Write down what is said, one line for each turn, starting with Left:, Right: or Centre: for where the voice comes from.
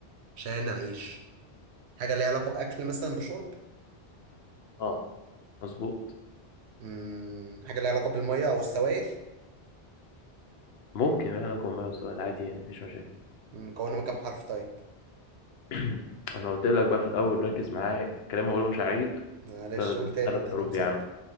Right: عشان أعيش حاجة ليها علاقة بأكل مثلا بشرب
Left: اه مظبوط
Right: امم حاجة ليها علاقة بالمية أو السوائل
Left: ممكن من لكم ما وسؤال عادي يعني مفيش مشاكل
Right: مم، مكونة من كام حرف طيب
Left: <clears throat> انا قلت لك بقى في الاول ركز معايا الكلام اللي هقوله مش عيد
Right: معلش
Left: ثلاث
Right: قول تاني
Left: ثلاث
Right: اديني
Left: حروف
Right: مساعدة
Left: يا عم